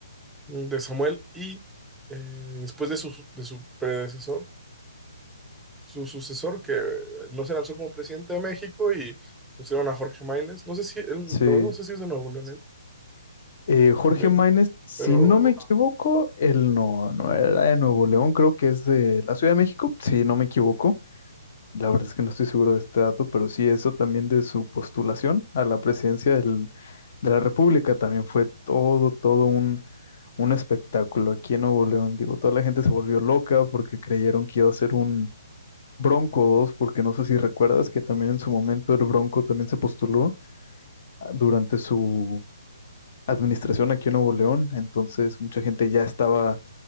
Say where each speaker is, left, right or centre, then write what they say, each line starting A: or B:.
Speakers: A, in the centre; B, on the left.
A: de Samuel y eh, después de su, de su predecesor, su sucesor, que no se lanzó como presidente de México y pusieron a Jorge Máynez, no sé si, él-
B: Sí.
A: la verdad no sé si es de Nuevo León, él.
B: Eh, Jorge
A: También.
B: Máynez, si
A: Pero
B: no me equivoco, él no, no era de Nuevo León, creo que es de la Ciudad de México, si no me equivoco. La verdad es que no estoy seguro de este dato, pero sí eso también de su postulación a la presidencia del- de la República también fue todo, todo un, un espectáculo aquí en Nuevo León. Digo, toda la gente se volvió loca porque creyeron que iba a ser un Bronco 2, porque no sé si recuerdas que también en su momento el Bronco también se postuló ah, durante su administración aquí en Nuevo León, entonces mucha gente ya estaba